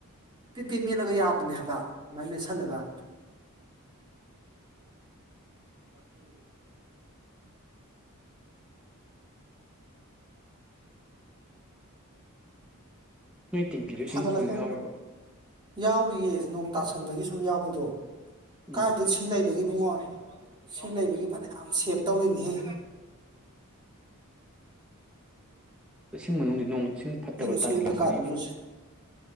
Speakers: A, on the right (about 20°); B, in the centre.
A: ꯄꯤ ꯄꯤ ꯃꯦꯠꯂꯒ ꯌꯥꯕꯅꯦ ꯍꯥꯏꯕ ꯑꯗꯨꯃꯥꯏꯅ ꯃꯦꯠꯁꯤꯜꯂꯒ ꯋꯥꯀꯤꯡ
B: ꯅꯣꯏ ꯇꯦꯡꯀꯤꯗꯣ ꯏꯁꯤꯡ
A: ꯊꯗ
B: ꯐꯨꯜ
A: ꯂꯈ
B: ꯌꯥꯎꯔꯤꯕꯣ
A: ꯌꯥꯎꯔꯤꯌꯦ ꯅꯣꯡ ꯇꯥꯁꯟꯕꯒꯤ ꯁꯨꯝ ꯌꯥꯎꯕꯗꯣ
B: ꯎꯝ
A: ꯀꯥꯏꯗ ꯁꯤ ꯂꯩꯕꯒꯤ ꯨꯡꯉꯣ ꯁꯤ ꯂꯩꯕꯒꯤ ꯐꯅꯌꯥꯝ ꯁꯦꯞ ꯇꯧꯔꯤꯅꯤꯍꯦ
B: ꯏꯁꯤꯡ ꯃꯅꯨꯡꯗꯗꯤ ꯅꯣꯡ ꯏꯁꯤꯡ ꯐꯠꯇꯕ
A: ꯁꯤ ꯑꯁꯤ
B: ꯇꯥꯁꯤꯜꯂꯝꯒꯅꯤ
A: ꯃꯀꯥꯗꯨꯁꯨ